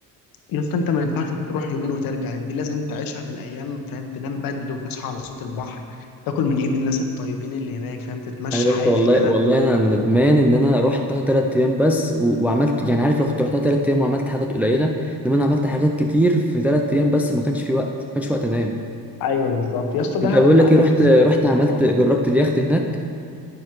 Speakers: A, on the left; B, in the centre.
A: يا اسطى انت ما ينفعش تروح يومين وترجع دي لازم تعيشها بالايام فاهم تنام بدري وتصحى على صوت البحر تاكل من ايد الناس الطيبين اللي هناك فاهم تتمشى
B: ايوه يا
A: حافي
B: اسطى والله
A: كده
B: والله انا أنا ندمان ان انا رحتها تلات ايام بس و... وعملت يعني عارف لو كنت رحتها تلات ايام وعملت حاجات قليله انما انا عملت حاجات كتير في تلات ايام بس ما كانش في وقت ما كانش وقت انام
A: ايوه بالظبط يا اسطى دهب
B: انت بقول
A: بتعلمك
B: لك ايه رحت
A: ازاي
B: رحت
A: تعيش ببساطه
B: عملت جربت اليخت هناك